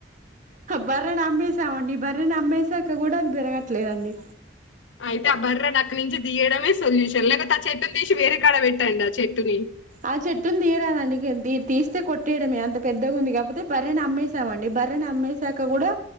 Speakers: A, on the right; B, on the left.
A: బర నా అమ్సా ఉండి బర నా అమ్సా క్క కూడా అది పెరగట్లేదండి
B: అయితే ఆ బర్రా ని అక్కాడ నుంచి తీయమే సొల్యూషన్ లేక చేైట్ను తీసిరే కడ వె పెట్టాంద చెట్టుని
A: ఆ చెట్టుని తీయరాదండి తీస్తే కొట్టేయడమే అంత పెద్దగా ఉంది కాకపోతే బర్రని అమ్మేసామండి భర్ర న అమ్మాయిసాక కూడా